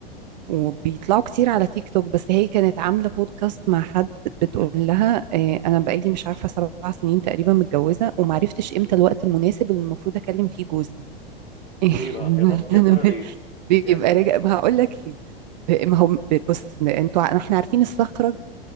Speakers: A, on the right; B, on the left.
A: وبيطلعوا كتير على تيك توك بس هي كانت عاملة بودكاست مع حد بتقول لها آه، أنا بقالي مش عارفة سبع سنين تقريبا متجوزة ومعرفتش إمتى الوقت المناسب اللي المفروض أكلم فيه جوزي <laughs>
B: ليه بقى يا ترى
A: أنا
B: يا ترى
A: ب-
B: ليه
A: بيبقى
B: يعني
A: راجع ما هقول لك ليه ما هو بص انتوا ع- احنا عارفين الصخرة